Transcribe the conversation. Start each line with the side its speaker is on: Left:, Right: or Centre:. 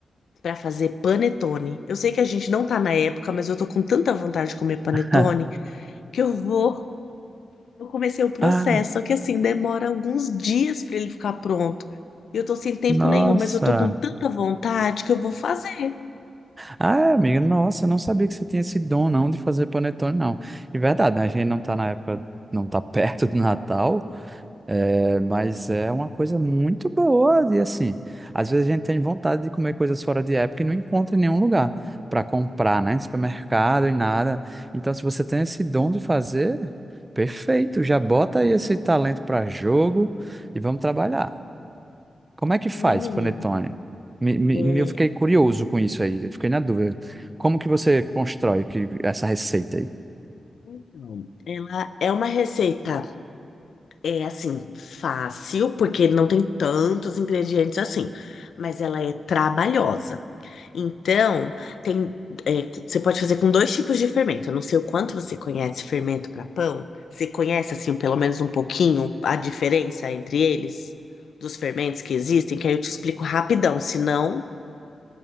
Left: para fazer panetone. Eu sei que a gente não tá na época, mas eu tô com tanta vontade de comer panetone
Right: <laughs>
Left: que eu vou. Eu comecei o processo,
Right: Ah,
Left: só que assim, demora alguns dias para ele ficar pronto. E Eu tô sem tempo
Right: nossa.
Left: nenhum, mas eu tô com tanta vontade que eu vou fazer.
Right: Ah, amiga, nossa, eu não sabia que você tinha esse dom não de fazer panetone, não. É verdade, né? a gente não tá na época, não tá <laughs> perto do Natal, É, mas é uma coisa muito boa e assim, às vezes a gente tem vontade de comer coisas fora de época e não encontra em nenhum lugar para comprar, né? Em supermercado e nada. Então, se você tem esse dom de fazer, perfeito, já bota aí esse talento para jogo e vamos trabalhar. Como é que faz,
Left: E, menino,
Right: panetone? Me, me-
Left: é,
Right: me- eu fiquei curioso com isso aí, eu fiquei na dúvida. Como que você constrói que, essa receita aí?
Left: então, ela é uma receita, é assim, fácil, porque não tem tantos ingredientes assim, mas ela é trabalhosa. Então, tem, é, você pode fazer com dois tipos de fermento. Eu não sei o quanto você conhece fermento para pão. Você conhece, assim, pelo menos um pouquinho a diferença entre eles, dos fermentos que existem, que aí eu te explico rapidão, se não, com